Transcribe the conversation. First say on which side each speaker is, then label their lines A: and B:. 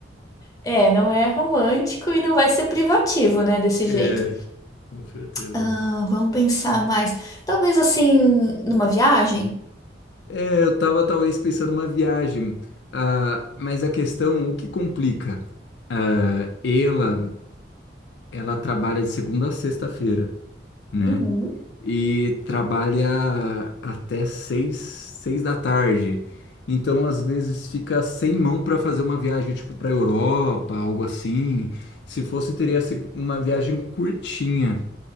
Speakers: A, on the left (about 20°); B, on the left (about 70°).
A: é, não é romântico e não vai ser privativo, né, desse
B: É,
A: jeito.
B: com certeza.
A: Ah, vamos pensar mais. Talvez assim, numa viagem?
B: É, eu tava talvez pensando uma viagem, ah, mas a questão, o que complica? Ah, ela, ela trabalha de segunda a sexta-feira, né?
A: Uhum.
B: e trabalha até seis, seis da tarde. Então, às vezes, fica sem mão para fazer uma viagem, tipo, para Europa, algo assim. Se fosse, teria sido uma viagem curtinha,